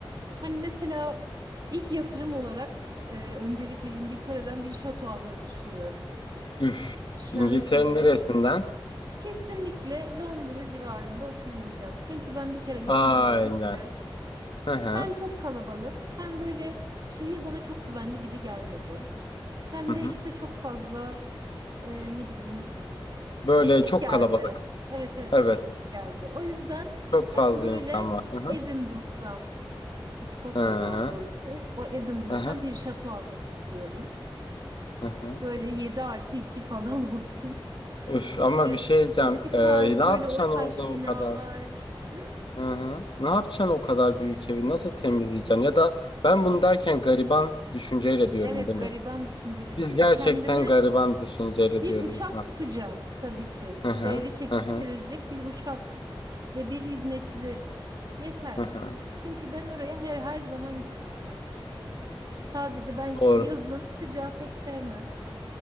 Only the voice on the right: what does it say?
Hani mesela ilk yatırım olarak e, öncelikle İngiltere'den bir şato almayı düşünüyorum.
Şöyle.
Kesinlikle Londra civarında oturmayacağım. Çünkü ben bir kere Londra'ya
gittim.
Hem çok kalabalık, hem böyle şehir bana çok güvenli gibi gelmedi. Hem
de
işte çok fazla e, ne bileyim
karışık
geldi.
Evet evet
karışık geldi. O yüzden
ben böyle
Edinburgh'dan, İskoçya
daha doğrusu e, o Edinburgh'dan
bir şato almak istiyorum.
Böyle 7 artı 2 falan <laughs> olsun.
E,
eski
tarz
böyle o taş
binalar.
Hı?
Evet
gariban
düşünceli
diyorsun.
Kendime
bir
uşak
tutacağım tabii ki.
Bu evi çekip
çevirecek bir uşak ve bir hizmetli. Yeter.
Çünkü ben oraya her, her zaman gitmeyeceğim. Sadece ben
yazın sıcağı pek sevmem.